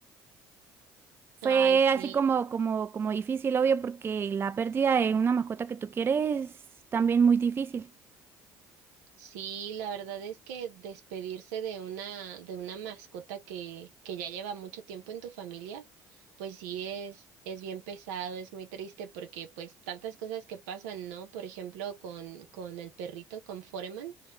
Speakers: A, on the right; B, on the right.
A: fue
B: Ay, sí,
A: así como, como, como difícil, obvio, porque la pérdida de una mascota que tú quieres es también muy difícil.
B: Sí, la verdad es que despedirse de una, de una mascota que, que ya lleva mucho tiempo en tu familia, pues sí es, es bien pesado, es muy triste porque pues tantas cosas que pasan, ¿no? Por ejemplo, con, con el perrito, con Foreman,